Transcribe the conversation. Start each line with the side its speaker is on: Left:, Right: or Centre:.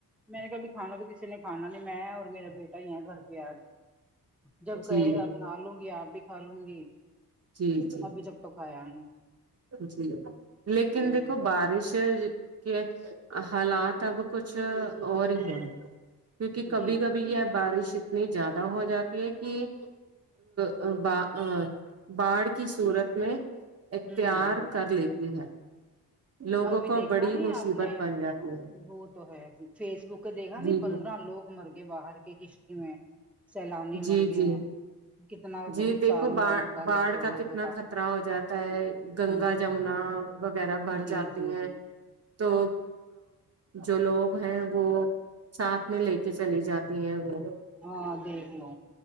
Centre: میں نے کبھی کھانا تو کسی نے کھانا نہیں میں اور میرا بیٹا ہی ہیں گھر پہ آج جب کہے
Right: جی
Centre: گا بنا لوں گی آپ بھی کھا لوں گی
Right: جی جی
Centre: ابھی تک
Right: جی
Centre: تو پھا یہ نئی
Right: جی لیکن
Centre: جی
Right: دیکھو بارش کہ حالات اب کچھ اور ہی ہیں کیونکہ کبھی
Centre: جی ہوں
Right: کبھی یہ ہے بارش اتنی زیادہ ہو جاتی ہے کہ ا باڑ کی صورت میں اختیار
Centre: ہ ہ
Right: کر لیتی ہے لوگوں
Centre: ابھی
Right: کو
Centre: دیکھا
Right: بڑی
Centre: نہیں
Right: مصیبت
Centre: آپ نے
Right: بن جاتی ہے
Centre: وہ تو ہے جی فیس بک دیکھا نئی
Right: جی
Centre: پندرہ
Right: جی
Centre: لوگ مرگے باہر کے کشتی میں سیلانی
Right: جی
Centre: مرگے
Right: جی
Centre: ہیں کتنا
Right: جی
Centre: نقصان
Right: دیکھو
Centre: ہوا
Right: ب
Centre: ان
Right: باڑھ
Centre: دیکھو
Right: کا
Centre: لوگوں
Right: تو کتنا خطرہ ہو جاتا ہے
Centre: ہ
Right: گنگا جمنا وغیرہ بھر
Centre: جی
Right: جاتی
Centre: جی
Right: ہیں
Centre: جی
Right: تو جو لوگ ہیں وہ ساتھ میں لے کے چلی جاتے تی ہے مطلب
Centre: ہاں دیکھ لو